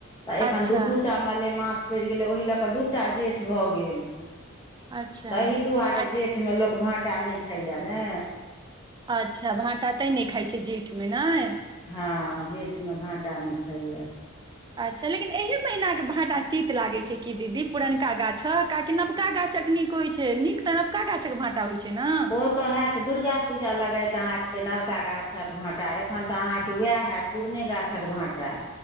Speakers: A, on the left; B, on the right.
A: तऽ एखन
B: अच्छा
A: दू दू टा मलेमास पड़ि गेलै ओहि लऽ कऽ दू टा जेठ भऽ गेल
B: अच्छा
A: तही दुआरे
B: अ-
A: जेठमे लोक भाँटा नहि खाइए ने
B: अच्छा भाटा तै नहि खाइ छै जेठमे नहि
A: हँ जेठमे भाँटा नै ख़ाइए
B: अच्छा लेकिन एहि महीनाके भाटा तीत लागैत छै कि दीदी पुरनका गाछ ह काहाकि नबका गाछ तक नीक होइ छै नीक त नबकाछक भाटा होइ छै ने
A: ओ तऽ होयैत दुर्गा पूजा लगत अहाँके नवका गा गाछक भाँटा एखन तऽ अहाँके उएह हयैत पुरने गाछक भाँटा